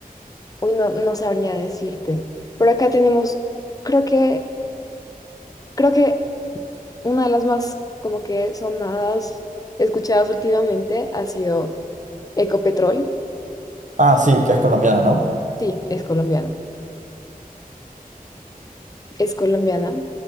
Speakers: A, on the left; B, on the right.
A: Uy, no, no sabría decirte. Pero acá tenemos, creo que, creo que una de las más como que sonadas escuchadas últimamente ha sido Ecopetrol.
B: Ah, sí, que es colombiana, ¿no?
A: Sí, es colombiana. Es colombiana.